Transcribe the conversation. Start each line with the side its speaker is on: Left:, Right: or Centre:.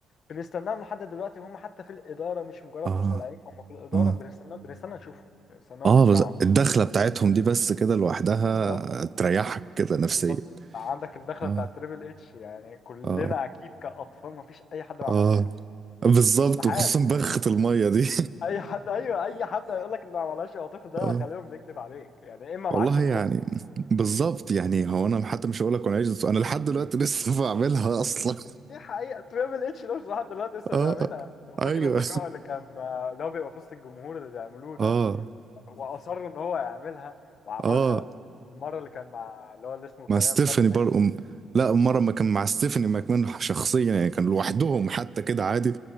Left: وبنستناهم لحد دلوقتي هم حتى في الاداره مش مجرد
Right: اه
Left: مصارعين هم في الاداره
Right: اه
Left: بنستناهم بنستنى نشوفهم بنستناهم
Right: اه
Left: يطلعوا
Right: بس الدخلة بتاعتهم دي بس كده لوحدها
Left: بالظبط
Right: تريحك كده نفسيا
Left: بالظبط عندك الدخله
Right: اه
Left: بتاعت تريبل اتش يعني كلنا
Right: اه
Left: اكيد كاطفال ما فيش اي حد ما
Right: اه
Left: عملهاش
Right: بالظبط
Left: استحاله
Right: وخصوصا بخة المية دي
Left: اي حد ايوه اي حد هيقول لك ما عملهاش يا طفل ده
Right: <laughs> اه
Left: غالبا بيكذب عليك يعني اما
Right: والله
Left: معاش طفل
Right: يعني بالظبط يعني هو انا حتى مش هقول لك وانا عايش انا لحد دلوقتي لسه <laughs> بعملها اصلا
Left: دي حقيقه تريبل اتش ده مش لحد دلوقتي لسه
Right: اه
Left: بيعملها لو فاكر
Right: ايوه
Left: اللقاء اللي كان اللي هو بيبقى في وسط الجمهور اللي بيعملوه
Right: <laughs>
Left: ده
Right: اه
Left: واصر ان هو يعملها وعملها
Right: اه
Left: المره اللي كان مع اللي هو اللي اسمه بتاع
Right: مع ستيفاني
Left: ايام بات
Right: برضه م- لا مرة ما كان مع ستيفاني ماكمان شخصيا يعني كان لوحدهم حتى كده عادي